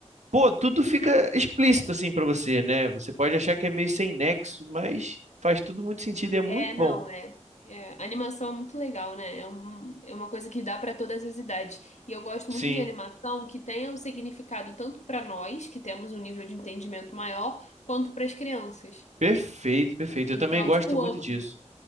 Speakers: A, on the right; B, on the left.
A: pô, tudo fica explícito assim pra você, né? Você pode achar que é meio sem nexo, mas faz tudo muito sentido e é muito
B: É, não,
A: bom.
B: é. é, Animação é muito legal, né? É, um, é uma coisa que dá para todas as idades. E eu gosto
A: Sim.
B: muito de animação que tenha um significado tanto para nós, que temos um nível de entendimento maior, quanto para as crianças.
A: Perfeito, perfeito.
B: Então,
A: Eu também gosto
B: tipo,
A: muito
B: Up.
A: disso.